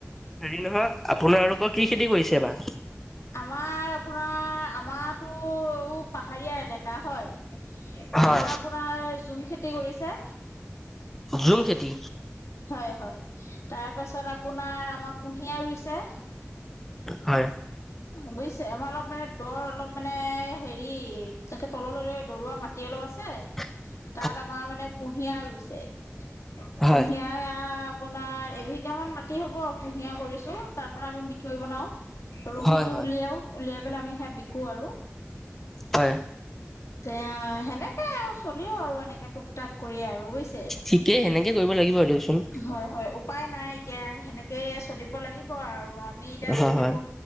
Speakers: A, in the centre; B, on the left.
A: হেৰি নহয় আপোনালোকৰ কি খেতি কৰিছে এইবাৰ?
B: আমাৰ আপোনাৰ আমাতো পাহাৰীয়া এলেকা হয়।
A: হয়,
B: আমাৰ আপোনাৰ জুম খেতি কৰিছে।
A: জুম খেতি।
B: হয় হয়, তাৰ পাছত আপোনাৰ আমাৰ কুঁহিয়াৰ ৰুইছে।
A: হয়।
B: বুজিছে আমাৰ অলপ মানে দৰ অলপ মানে হেৰি এনেকে তললৈ দৰুৱা মাটি অলপ আছে।
A: <unintelligible>
B: তাত আমাৰ মানে কুঁহিয়াৰ ৰুইছে।
A: হয়
B: কুঁহিয়াৰ আপোনাৰ দুবিঘামান মাটি হ'ব কুঁহিয়াৰ কৰিছোঁ, তাৰ পৰা আমি মিঠৈ বনাওঁ। ৰহীটো
A: হয় হয়
B: উলিয়াও উলিয়াই পেলাই আমি সেয়া বিক্ৰো আৰু
A: হয়।
B: এ সেনেকে আৰু চলিও আৰু এনেকে টুক টাক কৰি আৰু বুইছে।
A: ঠিকেই সেনেকে কৰিব লাগিব দিয়চোন।
B: হয় হয় উপায় নাই এতিয়া সেনেকে চলিব লাগিব আৰু আমি এতিয়া
A: হয়
B: যিহেতু
A: হয়